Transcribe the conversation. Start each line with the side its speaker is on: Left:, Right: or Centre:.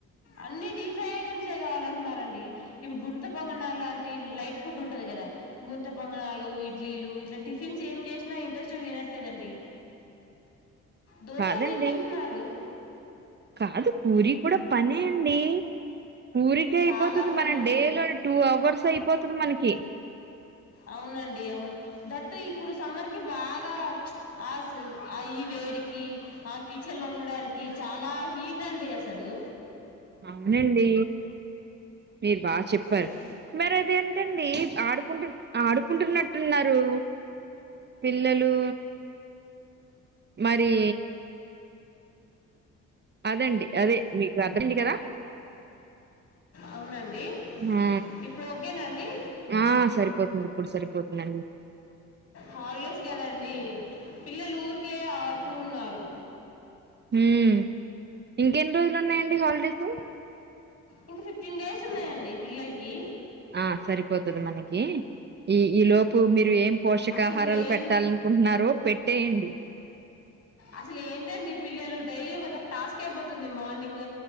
Left: అన్ని డీప్ ఫ్రై ఐటమ్స్ కావాలంటున్నరండి ఇప్పుడు గుంత పొంగనాల్లాంటి లైట్ ఫుడ్ ఉంటంది కదా గుంతపొంగనాలు ఇడ్లీలు ఇట్ల టిఫిన్స్ ఏం చేసినా ఇంట్రెస్ట్ గా తినట్లేదండి దోశలే
Right: కాదండి
Left: తింటున్నారు
Right: కాదు పూరి కూడా పనే అండి పూరికే అయిపోతుంది
Left: చాలా పనండి
Right: మన డే లోని టూ అవర్స్ అయిపోతుంది మనకి
Left: అవునండి అవును దట్టు ఇప్పుడు సమ్మర్ కి బాగా ఆ ఆ ఈ వేడికి ఆ కిచెన్లో ఉండడానికి చాలా హీట్ అండి అసలు
Right: అవునండీ మీరు బాగ చెప్పారు
Left: ఇ-
Right: మరి అదేంటండి ఆడు ఆడుకుంటున్నట్టున్నారు పిల్లలు మరీ అదండి అదే మీకు అర్థమయింది కదా
Left: అవునండి
Right: ఆ
Left: ఇప్పుడు ఓకేనండి
Right: ఆ సరిపోతుంది ఇప్పుడు సరిపో పొద్దునండీ
Left: హాలిడేస్ కదండి పిల్లలూరికే ఆడుతూ ఉన్నారు
Right: ఉమ్ ఇంకెన్ని రోజులు ఉన్నాయండి హాలిడేసు
Left: ఇంక ఫిఫ్టీన్ డేస్ ఉన్నాయండి పిల్లలకి
Right: ఆ సరిపోతుది మనకి ఇ ఈ లోపు మీ మీరు ఏం పోషకాహారాలు
Left: అసలు ఏం
Right: పెట్టాలనుకుంటున్నారో పెట్టేయండి
Left: అసలు ఏంటండి పిల్లలు డైలీ ఒక టాస్క్ అయిపోతుంది మార్నింగ్